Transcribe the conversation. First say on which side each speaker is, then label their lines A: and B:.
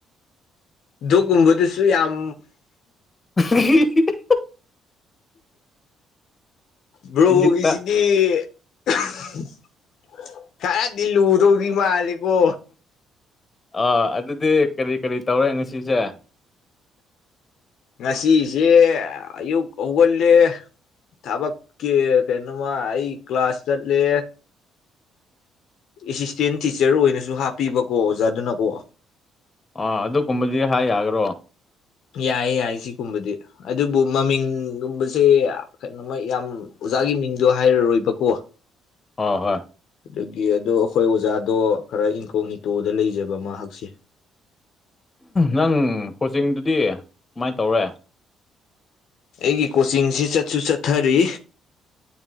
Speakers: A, on the left; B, on the left.
A: ꯗꯨꯒꯨꯝꯕꯗꯨꯁꯨ ꯌꯥꯝ
B: <unintelligible>
A: ꯕ꯭ꯔꯣꯒꯤꯁꯤ
B: ꯏꯪꯒꯤꯠꯇ
A: ꯗꯤ <unintelligible> ꯈꯔꯗꯤ ꯂꯨꯗꯧ ꯔꯤꯃꯥꯂꯤꯀꯣ
B: ꯑꯥ ꯑꯗꯨꯗꯤ ꯀꯔꯤ ꯀꯔꯤ ꯇꯧꯔꯦ ꯉꯁꯤꯁꯦ
A: ꯉꯁꯤꯁꯦ ꯑꯌꯨꯛ ꯍꯧꯒꯜꯂꯦ ꯊꯕꯛꯀꯤ ꯀꯩꯅꯣꯃ ꯑꯩ ꯀ꯭ꯂꯥꯁ ꯆꯠꯂꯦ ꯑꯦꯁꯤꯁꯇꯦꯟ ꯇꯤꯆꯔ ꯑꯣꯏꯅꯁꯨ ꯍꯥꯞꯄꯤꯕꯀꯣ ꯑꯣꯖꯥꯗꯨꯅꯀꯣ
B: ꯑ ꯑꯗꯨꯒꯨꯝꯕꯗꯤ ꯍꯥꯏ ꯌꯥꯒꯔꯣ
A: ꯌꯥꯏ ꯌꯥꯏ ꯁꯤꯒꯨꯝꯕꯗꯤ ꯑꯗꯨꯕꯨ ꯃꯃꯤꯡꯒꯨꯝꯕꯁꯦ ꯀꯩꯅꯣ ꯃꯣꯏ ꯌꯥꯝ ꯑꯣꯖꯥꯒꯤ ꯃꯤꯡꯗꯣ ꯍꯥꯏꯔꯔꯣꯏꯕꯀꯣ
B: ꯑꯣ ꯍꯣꯏ
A: ꯑꯗꯨꯒꯤ ꯑꯗꯣ ꯑꯩꯈꯣꯏ ꯑꯣꯖꯥꯗꯣ ꯈꯔ ꯏꯪꯀꯣꯛ ꯏꯇꯣꯗ ꯂꯩꯖꯕ ꯃꯍꯥꯛꯁꯦ
B: ꯅꯪ ꯀꯣꯆꯤꯡꯗꯨꯗꯤ ꯀꯃꯥꯏ ꯇꯧꯔꯦ
A: ꯑꯩꯒꯤ ꯀꯣꯆꯤꯡꯁꯤ ꯆꯠꯁꯨ ꯆꯠꯊꯔꯤ